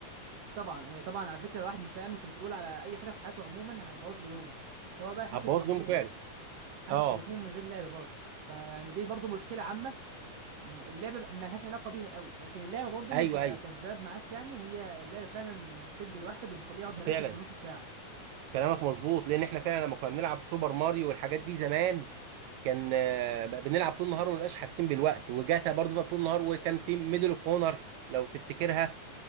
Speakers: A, on the right (about 60°); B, on the right (about 80°).
A: طبعا هي طبعا على فكره الواحد مش هيعمل كنترول على اي حاجه في حياته عموما هتبوظ له يومه سواء بقى حتى
B: هتبوظ
A: التليفون
B: يومه فعلا
A: حتى
B: اه
A: التليفون من غير لعبه برضه فيعني دي برضه مشكله عامه م- اللعبه ما لهاش علاقه بيها قوي لكن اللعبه برضو
B: ايوه
A: مش هبقى
B: ايوه
A: كذاب معاك يعني هي اللعبه فعلا بتشد الواحد وبتخليه يقعد مركز
B: فعلا
A: بنص ساعه
B: كلامك مظبوط لان احنا فعلا لما كنا بنلعب سوبر ماريو والحاجات دي زمان كان آه، بنلعب طول النهار وما بنبقاش حاسين بالوقت وجاتا برضه طول النهار وكان في ميدل اوف هونر لو تفتكرها